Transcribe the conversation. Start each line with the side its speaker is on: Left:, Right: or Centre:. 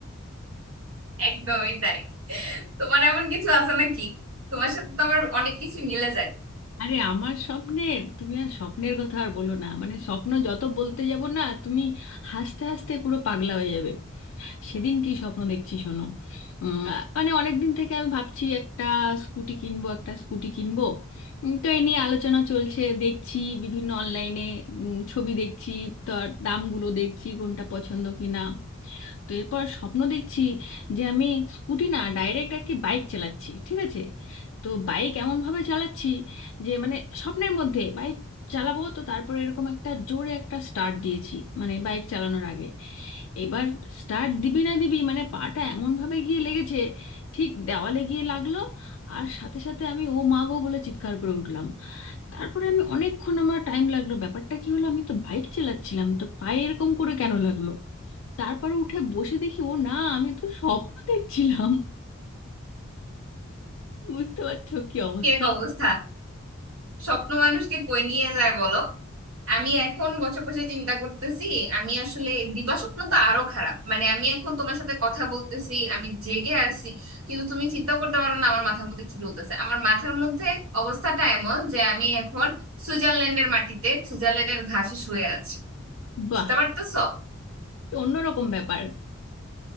Right: একদমই তাই তোমার এমন কিছু আছে নাকি তোমার সাথে তো আমার অনেক কিছু মিলে যায়
Left: আরে আমার স্বপ্নের তুমি আর স্বপ্নের কথা আর বলো না মানে স্বপ্ন যত বলতে যাব না তুমি হাসতে হাসতে পুরো পাগলা হয়ে যাবে সেদিন কি স্বপ্ন দেখছি শোনো উম, মানে অনেক দিন থেকে আমি ভাবছি একটা স্কুটি কিনবো একটা স্কুটি কিনবো উম, তো এ নিয়ে আলোচনা চলছে দেখছি বিভিন্ন অনলাইনে ছবি দেখছি তার দামগুলো দেখছি কোনটা পছন্দ কিনা তো এরপর স্বপ্ন দেখছি যে আমি স্কুটি না ডাইরেক্ট আর কি বাইক চালাচ্ছি ঠিক আছে তো বাইক এমনভাবে চালাচ্ছি যে মানে স্বপ্নের মধ্যে বাইক চালাবো তো তারপরে এরকম একটা জোরে একটা স্টার্ট দিয়েছি মানে বাইক চালানোর আগে এবার স্টার্ট দিবি না দিবি মানে পাটা এমনভাবে গিয়ে লেগেছে ঠিক দেওয়ালে গিয়ে লাগলো আর সাথে সাথে আমি ও মা গো বলে চিৎকার করে উঠলাম তারপরে আমি অনেকক্ষণ আমার টাইম লাগলো ব্যাপারটা কি হলো আমি তো বাইক চালাচ্ছিলাম তো পায়ে এরকম করে কেন লাগলো তারপর উঠে বসে দেখি ও না আমি তো স্বপ্ন দেখছিলাম বুঝতে পারছো কি অবস্থা
Right: কি এক অবস্থা স্বপ্ন মানুষকে কই নিয়ে যায় বলো আমি এখন বছর বসে চিন্তা করতেছি আমি আসলে দিবা স্বপ্ন তো আরো খারাপ মানে আমি এখন তোমার সাথে কথা বলতেছি আমি জেগে আছি কিন্তু তুমি চিন্তা করতে পারো না আমার মাথার মধ্যে কি চলতেছে আমার মাথার মধ্যে অবস্থাটা এমন যে আমি এখন সুইজারল্যান্ডের মাটিতে সুইজারল্যান্ডের ঘাসে শুয়ে আছি
Left: বাহ
Right: বুঝতে পারতেছো
Left: অন্যরকম ব্যাপার